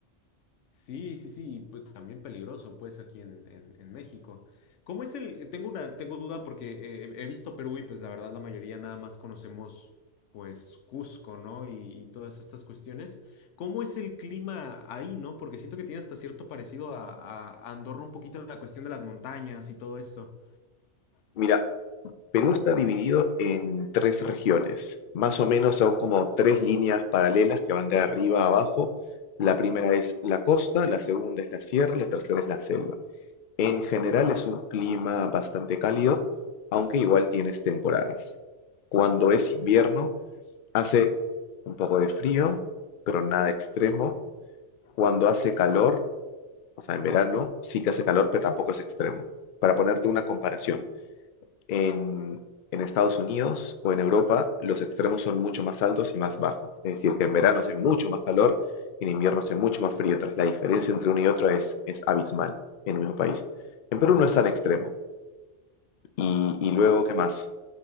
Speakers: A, on the left; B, on the left.
A: Sí, sí, sí, y pues también peligroso, pues aquí en, en- en México. ¿Cómo es el? Tengo una, tengo duda porque eh, he visto Perú y pues la verdad la mayoría nada más conocemos pues Cusco, ¿no? Y, y todas estas cuestiones. ¿Cómo es el clima ahí, no? Porque siento que tiene hasta cierto parecido a, a Andorra un poquito en la cuestión de las montañas y todo esto.
B: Mira, Perú está dividido en tres regiones, más o menos son como tres líneas paralelas que van de arriba a abajo. La primera es la costa, la segunda es la sierra, la tercera es la selva. En general es un clima bastante cálido, aunque igual tienes temporadas. Cuando es invierno hace un poco de frío, pero nada extremo. Cuando hace calor, o sea, en verano sí que hace calor, pero tampoco es extremo. Para ponerte una comparación. En, en Estados Unidos o en Europa los extremos son mucho más altos y más bajos. Es decir, que en verano hace mucho más calor y en invierno hace mucho más frío. Entonces la diferencia entre uno y otro es, es abismal en el mismo país. En Perú no es tan extremo. Y, y luego, ¿qué más?